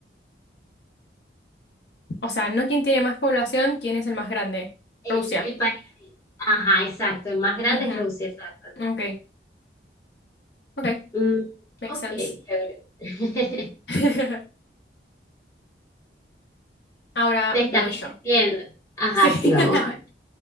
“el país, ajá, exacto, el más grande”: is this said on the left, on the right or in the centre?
Left